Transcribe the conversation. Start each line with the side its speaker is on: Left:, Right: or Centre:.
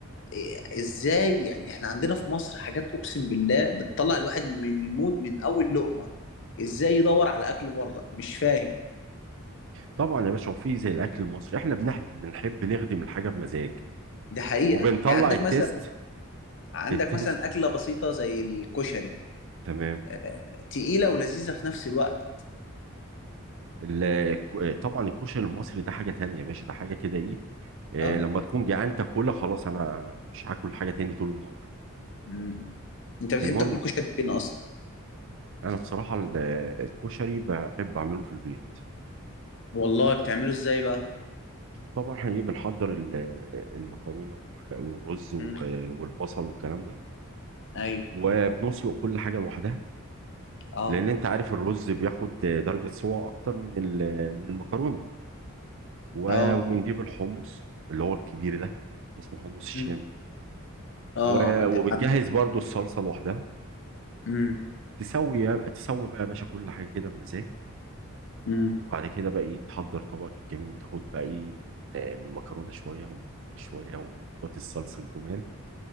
Left: إيه- ازاي يعني احنا عندنا في مصر حاجات اقسم بالله بتطلع الواحد من المود من اول لقمة ازاي يدور على اكل بره مش فاهم
Right: طبعا يا باشا وفي زي الاكل المصري احنا بنحب بنحب نخدم الحاجه بمزاج
Left: دي حقيقة
Right: وبنطلع
Left: يعني عندك
Right: التيست
Left: مثلا عندك
Right: التيست
Left: مثلا أكلة بسيطة زي الكشري
Right: تمام
Left: آه، تقيلة ولذيذة في نفس الوقت
Right: ال- ك- طبعا الكشري المصري ده حاجه تانية يا باشا ده حاجه كده ايه آه،
Left: اه
Right: لما تكون جعان تاكلها خلاص انا أنا مش هاكل حاجه تاني طول النهار
Left: مم. انت بتحب
Right: المهم
Left: تاكل كشري فين اصلا
Right: انا بصراحه ال- الكشري بحب اعمله في البيت
Left: والله بتعمله ازاي بقى
Right: طبعا احنا ايه بنحضر ال- المكرونه والرز
Left: مم.
Right: والبصل والكلام ده
Left: ايوه
Right: وبنسلق كل حاجه لوحدها
Left: اه
Right: لان انت عارف الرز بياخد درجه سوا اكتر من ال- من المكرونه و-
Left: اه
Right: وبنجيب الحمص اللي هو الكبير ده اسمه حمص الشام
Left: مم. اه
Right: و-
Left: عج-
Right: وبتجهز برضو الصلصه لوحدها
Left: مم.
Right: تسوي يا- تسوي بقى يا باشا كل حاجه كده بمزاج
Left: مم.
Right: وبعد كده بقى ايه تحضر طبقك الجميل وتاخد بقى ايه من آه، من المكرونه شويه ومن شويه وتحط الصلصه الجمال